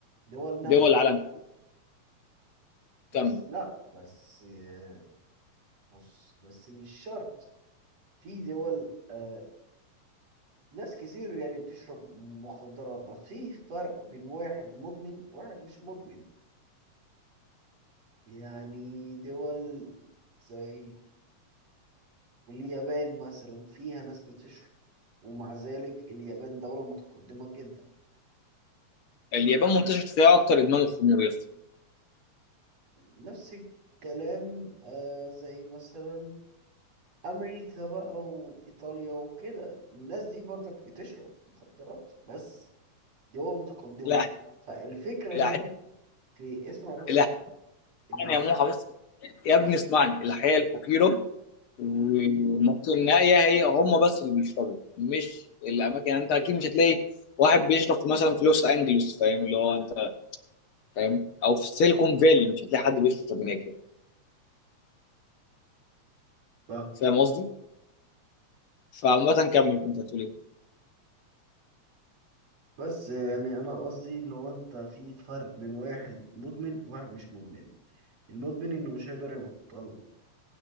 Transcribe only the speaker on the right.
دول نامي
بس لا بس آه، بص بس مش شرط في دول آه، ناس كتير يعني بتشرب مخدرات بس في فرق بين واحد مدمن وواحد مش مدمن يعني دول زي اليابان مثلا فيها ناس بتشرب ومع ذلك اليابان دولة متقدمة جدا
نفس الكلام آه زي مثلا أمريكا بقى وإيطاليا وكده الناس دي برضك بتشرب مخدرات بس دول متقدمة
فالفكرة
هنا في اسمع بس
ال-
صح
بس يعني أنا قصدي اللي هو أنت في فرق بين واحد مدمن وواحد مش مدمن المدمن إنه مش هيقدر يبطلها